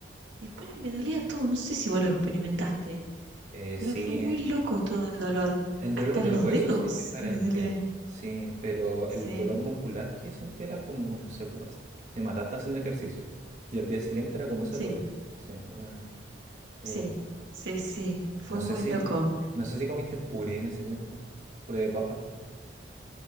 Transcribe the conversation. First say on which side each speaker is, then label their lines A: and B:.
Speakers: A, on the right; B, on the right.
A: Después me dolía todo, no sé si vos lo experimentaste,
B: Eh,
A: pero
B: sí,
A: fue muy loco todo el dolor,
B: el dolor
A: hasta
B: del
A: en los
B: hueso
A: dedos
B: sí es diferente,
A: me dolía.
B: sí, pero el
A: Sí.
B: dolor muscular que sentí era como, no sé, pues, te mataste haciendo ejercicio. Y al día siguiente era como ese
A: Sí,
B: dolor, sí, era, era
A: sí,
B: igual.
A: sí, sí, fue
B: No sé
A: muy
B: si,
A: loco.
B: no sé si comiste puré en ese tiempo, puré de papa.